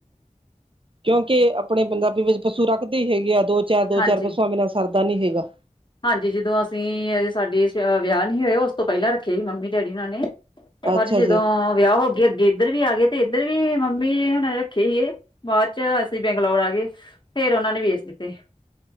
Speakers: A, on the right (about 40°); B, on the left (about 35°).
A: ਕਿਉਂਕਿ ਆਪਣੇ ਪੰਜਾਬੀ ਵਿੱਚ ਪਸੂ ਰੱਖਦੇ ਹੀ ਹੈਗੇ ਆ ਦੋ ਚਾਰ ਦੋ
B: ਹਾਂਜੀ,
A: ਚਾਰ ਪਸੂਆਂ ਬਿਨਾਂ ਸਰਦਾ ਨੀ ਹੈਗਾ।
B: ਹਾਂਜੀ ਜਦੋਂ ਅਸੀਂ ਸਾਡੇ ਵਿਆਹ ਨਹੀਂ ਹੋਇਆ ਉਸ ਤੋਂ ਪਹਿਲਾਂ ਰੱਖੇ ਸੀ ਮੰਮੀ ਡੈਡੀ ਉਹਨਾਂ ਨੇ।
A: ਅੱਛਾ
B: ਹਡ ਜਦੋਂ
A: ਜੀ
B: ਵਿਆਹ ਹੋ ਗ ਅੱਗੇ। ਇੱਧਰ ਵੀ ਆ ਗਏ ਤੇ ਇੱਧਰ ਵੀ ਮੰਮੀ ਹੁਣੇ ਰੱਖੇ ਸੀਗੇ ਬਾਅਦ ਚ ਅਸੀਂ ਬੰਗਲੌਰ ਆ ਗਏ। ਫੇਰ ਉਹਨਾਂ ਨੇ ਵੇਚ ਦਿੱਤੇ।